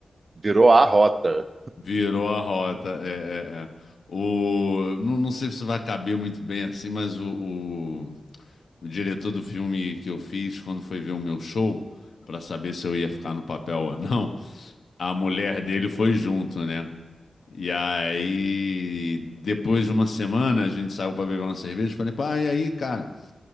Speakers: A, on the right; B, on the left.
A: virou a rota.
B: Virou a rota. É, é, é. O não, não sei se vai caber muito bem assim, mas o, o o diretor do filme que eu fiz quando foi ver o meu show para saber se eu ia ficar no papel ou não. a mulher dele foi junto, né? E aí, depois de uma semana, a gente saiu para beber uma cerveja. Falei, pai, e aí, cara,